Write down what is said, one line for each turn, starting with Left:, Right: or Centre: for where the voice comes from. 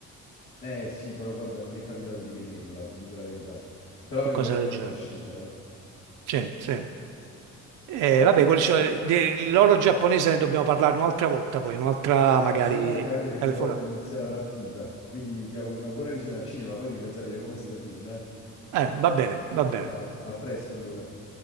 Left: Eh, sì, però guarda, non mi è capitato di vederla, ti dico la verità. Però
Right: qualcosa
Left: avevo letto
Right: del genere.
Left: che era uscita, eh.
Right: Sì, sì. Eh,
Left: Vabbè,
Right: vabbè, quelli,
Left: va-
Right: cioè, dell'oro giapponese ne dobbiamo parlare un'altra volta, poi un'altra
Left: Eh,
Right: magari
Left: assolutamente, anche perché
Right: telefonata.
Left: tra poco mi inizia la partita, quindi ti auguro una buona visione al cinema, poi mi fai sapere come sto i film, eh.
Right: Eh, va bene, va bene.
Left: Dai, a presto allora.